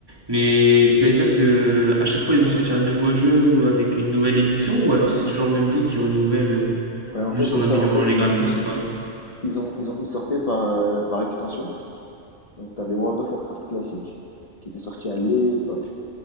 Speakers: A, on the right; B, on the left.
A: mais ça veut dire que euh, à chaque fois ils ont sorti un nouveau jeu ou avec une nouvelle édition, ou alors c'est toujours le même jeu qui renouvelle euh,
B: Ouais, en
A: juste
B: fait, c'est
A: en améliorant
B: ça. En fait,
A: les
B: ils,
A: graphismes par exemple.
B: ils ont, ils ont, ils sortaient par, euh, par extension. Donc, tu avais World of Warcraft classique, qui était sorti à l'époque.